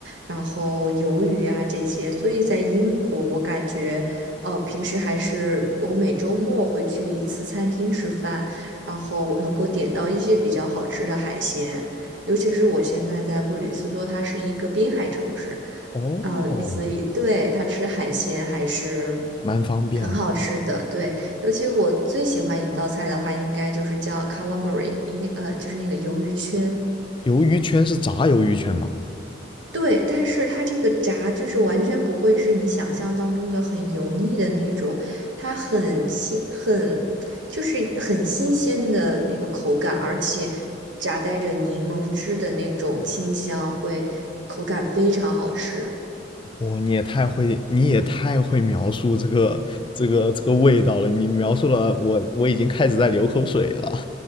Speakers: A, on the right; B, on the left.
A: 然后鱿鱼呀这些，所以在英国，我感觉，哦，平时还是我每周末会去一次餐厅吃饭，然后能够点到一些比较好吃的海鲜。尤其是我现在在布里斯托，它是一个滨海城市，
B: 哦，
A: 嗯，所以对它吃海鲜还是
B: 蛮方便。
A: 很好吃的。对，尤其我最喜欢一道菜的话，应该就是叫 calamari，应该呃就是那个鱿鱼圈。
B: 鱿鱼圈是炸鱿鱼圈吗？
A: 对，但是它这个炸就是完全不会是你想象当中的很油腻的那种，它很新，很就是很新鲜的那个口感，而且夹带着柠檬汁的那种清香，会口感非常好吃。
B: 哇、你也太会，你也太会描述这个这个这个味道了。你描述了我，我已经开始在流口水了。